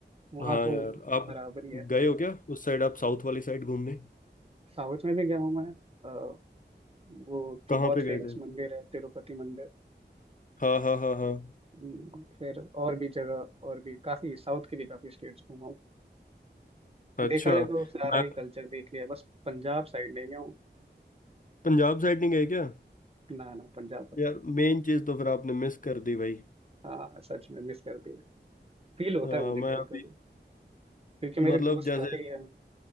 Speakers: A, on the right; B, on the left.
A: वहाँ
B: हाँ
A: तो
B: यार आप
A: बराबर ही है
B: गए हो क्या उस साइड आप साउथ वाली साइड घूमने
A: साउथ में भी गया हूँ मैं अ, वो
B: कहाँ
A: जो बहुत
B: पे
A: फेमस
B: गए थे
A: मंदिर है तिरुपति मंदिर
B: हाँ हाँ हाँ हाँ
A: हम्म, फिर और भी जगह और भी काफी साउथ के भी काफी स्टेट्स घूमा हूँ
B: अच्छा
A: देखा जाए तो सारा
B: मैं
A: ही कल्चर देख लिया बस पंजाब साइड नहीं गया
B: पंजाब साइड नहीं गए क्या
A: ना ना पंजाब बचा
B: यार
A: है
B: मेन चीज तो फिर आपने मिस कर दी भाई
A: हाँ सच में मिस कर दिया फील होता
B: अ,
A: है मुझे
B: मैं
A: कभी
B: अभी
A: कभी क्योंकि मेरे
B: मतलब
A: दोस्त
B: जैसे
A: काफी हैं